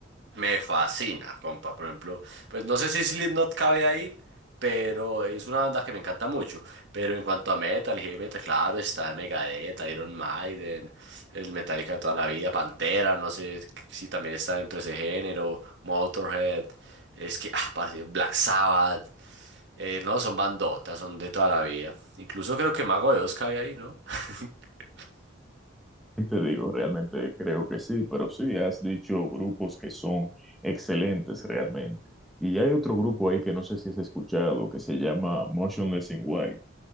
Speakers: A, on the right; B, in the centre.
A: Me fascina, compa. Por ejemplo, pues no sé si Slipknot cabe ahí, pero es una banda que me encanta mucho. Pero en cuanto a metal y heavy metal, claro, está el Megadeth, Iron Maiden, el Metallica de toda la vida, Pantera, no sé si también está dentro de ese género, Motorhead, es que, ah, parce, Black Sabbath, eh, no, son bandotas, son de toda la vida. Incluso creo que Mago de Oz cabe ahí, ¿no? <laughs>
B: ¿Qué Te digo, realmente creo que sí, pero sí, has dicho grupos que son excelentes realmente. Y hay otro grupo ahí que no sé si has escuchado, que se llama Motionless in White.